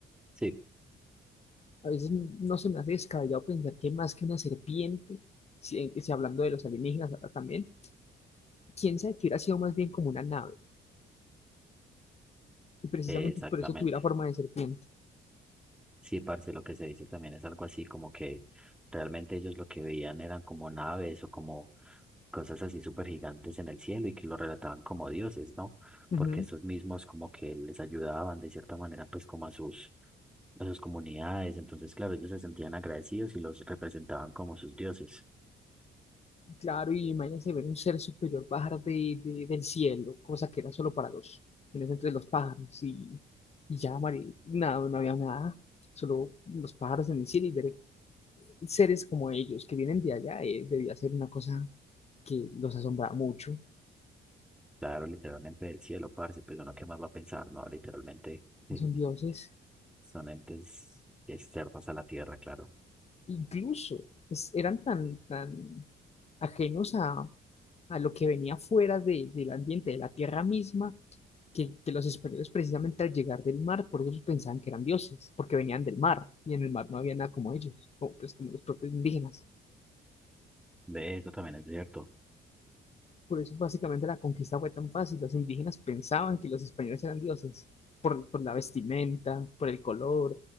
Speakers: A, in the centre; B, on the left.
A: Sí,
B: a veces no se me hace descabellado pensar que más que una serpiente, si, eh, si hablando de los alienígenas ahora también, quién sabe que hubiera sido más bien como una nave, y precisamente
A: eh, exactamente.
B: por eso tuviera forma de serpiente.
A: Sí, parce, lo que se dice también es algo así como que realmente ellos lo que veían eran como naves o como cosas así súper gigantes en el cielo y que lo relataban como dioses, ¿no?
B: Ujú.
A: Porque estos mismos como que les ayudaban de cierta manera pues como a sus, a sus comunidades, entonces claro, ellos se sentían agradecidos y los representaban como sus dioses.
B: Claro, y imagínense ver un ser superior bajar de, de- del cielo, cosa que era solo para los, en ese entonces los pájaros, y, y ya, Mari, nada, no había nada, solo los pájaros en el cielo y ver seres como ellos que vienen de allá, eh, debía ser una cosa que los asombraba mucho,
A: Claro, literalmente del cielo, parce, pues uno qué más va a pensar, ¿no? Literalmente sí,
B: son dioses,
A: son entes externos a la tierra, claro.
B: incluso es- eran tan, tan ajenos a, a lo que venía fuera de- del ambiente, de la tierra misma, que, que los españoles precisamente al llegar del mar, por eso pensaban que eran dioses, porque venían del mar, y en el mar no había nada como ellos, como, pues, como los propios indígenas.
A: Ve, eso también es cierto.
B: Por eso básicamente la conquista fue tan fácil, los indígenas pensaban que los españoles eran dioses, por, por la vestimenta, por el color,